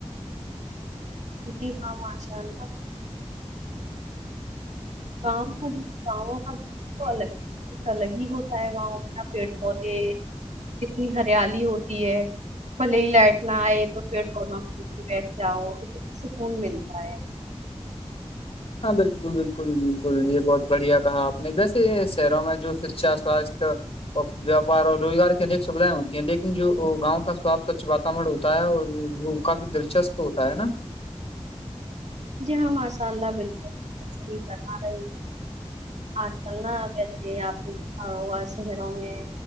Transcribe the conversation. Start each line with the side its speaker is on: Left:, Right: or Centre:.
Right: جی ہاں م چاہتا گاؤں م گاؤ مات تو الگ ک الگ ہی ہوتا ہے گاؤں میںنا پیڑ پودے کتنی ہریالی ہوتی ہے بھلے ہی لائٹ نہ آئے تو پیڑ پودوں بیٹھ جاؤ ک سکون ملتا ہے
Left: ہاں بالکل بالکل بالکل یہ بہت بڑھیا کہا آپ نے ویسے یہ شہروں میں جو شچھا سواستھ ویاپار اور روزگار کی انیک سویدھائیں ہوتی ہیں لیکن جو گاؤں کا سپ سچھ بات کمر ہوتا ہے اور وہ کافی دلچسپ ہوتا ہے نا
Right: جی ہاں ماشاء اللہ بالکل کرما رہے ہیں آج کل نا ویسے آپ شہروں میں